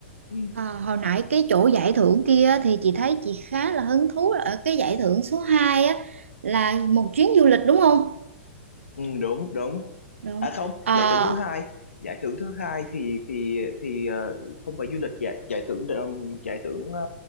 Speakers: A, on the left (about 75°); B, on the right (about 75°).
A: ừ,
B: à, hồi nãy cái chỗ giải thưởng kia thì chị thấy chị khá là hứng thú ở cái giải thưởng số 2 á là một chuyến du lịch đúng không
A: Ừ, đúng đúng
B: đúng
A: à không
B: À,
A: giải thưởng thứ hai giải thưởng thứ hai thì thì thì ờ, không phải du lịch giải giải thưởng um, giải thưởng ờ,